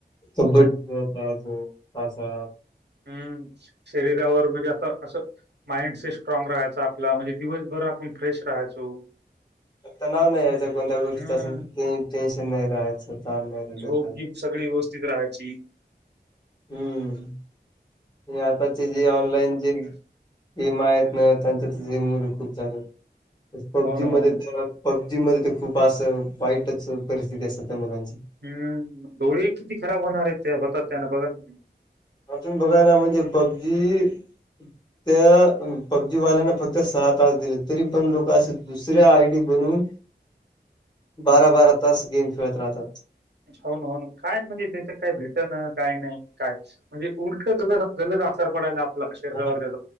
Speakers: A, on the left; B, on the right.
A: कब्बड्डी खेळत राहायचो पावसाळ्यात.
B: हम्म शरीरावर म्हणजे असं असं- माइंड स्ट्रॉग राहायचं आपला म्हणजे दिवसभर आपण फ्रेश राहायचो.
A: तणाव नाही यायचच्या कोणत्या गोष्टीचं
B: हम्म.
A: अस ते टेन्शन नाही राहायचं ताण नाही राहिला
B: झोप-गीप
A: त्याला.
B: सगळी व्यवस्थित राहायची.
A: हम्म हे आताचे जे ऑनलाईन जे गेम आहेत ना त्यांच्यात हेम खूप झालं पबजी
B: हो ना, हो
A: मध्ये
B: ना.
A: तर पब्जी मध्ये तर खूप असं वाईटच परिस्थिती असतात त्या मुलांची
B: हम्म डोळे किती खराब होणार आहेत त्यातात त्यान बघा तुम्ही
A: अजून बघाना म्हणजे पबजी त्या पबजीवाल्यांना फक्त सहा तास दिले तरी पण लोक असे. दुसऱ्या आयडी बनून बारा बारा तास गेम खेळत राहतात.
B: हो ना हो ना काय म्हणजे त्याच काय भेटण काय नाही काय म्हणजे उलट ग गलत आसार पडायला. आपला शरीरावर
A: हा
B: त्याचा.